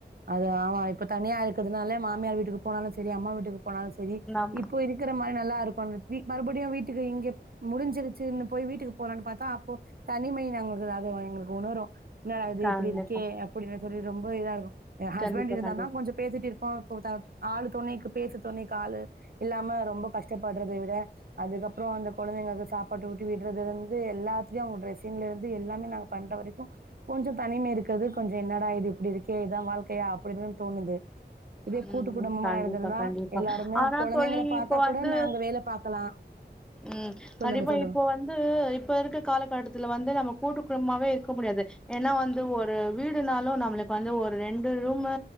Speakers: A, on the right; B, in the centre.
A: அது ஆமா இப்ப தனியா இருக்கதுனால மாமியார் வீட்டுக்கு போனாலு சரி அம்மா வீட்டுக்கு போனாலு சரி
B: நம்
A: இப்ப இருக்கிற மாரி நல்லாருக்கு வீ மறுபடியு வீட்டுக்கு இங்க முடிஞ்சிரு சின்னு போய் வீட்டுக்கு போலான் பாத்தா அப்போ தனிமை நாங்களுக்கு அது எங்களுக்கு உணரு இன்னாடா இது
B: கண்டிப்பா
A: இப்டி இருக்கே அப்டின்னு சொல்லி ரொம்ப இதா இருக்கு என் ஹஸ்பண்ட்டு
B: கண்டிப்பா
A: இருந்தார்ன்னா
B: கண்டிப்பா
A: கொஞ்சோ பேசிட்டு இருப்போ ஆளு துணைக்கு பேச்சு துணைக்கு ஆளு இல்லாம ரொம்ப கஷ்டப்பட்றத விட அதுக்கப்புற அந்த கொழந்தைங்களுக்கு சாப்பாடு ஊட்டி விட்றதுலந்து எல்லாத்துலையு அவங்க டிரெஸ்ஸிங்லந்து எல்லாமே நாங்க பண்ற வரைக்கு கொஞ்சோ தனிம இருக்குது கொஞ்சோ இன்னடா இது இப்டி இருக்கு இதா வாழ்க்கையா அப்டின்னு தோணுது இதே
B: ம்
A: கூட்டு குடும்பமா
B: கண்டிப்பா
A: இருந்திருந்தா
B: கண்டிப்பா
A: எல்லாருமே
B: ஆனா
A: கொழந்தைங்கள
B: தோழி
A: பாத்தா
B: இப்ப வந்து
A: கூட நாங்க வேல பாக்கலா
B: ம்
A: சொல்லுங்க
B: கண்டிப்பா
A: சொல்லுங்க
B: இப்போ வந்து இப்ப இருக்க காலகட்டத்துல வந்து நம்ம கூட்டு கும்மாவே இருக்க முடியாது ஏன்னா வந்து ஒரு வீடுனாலு நம்மளுக் வந்து ஒரு ரெண்டு ரூமு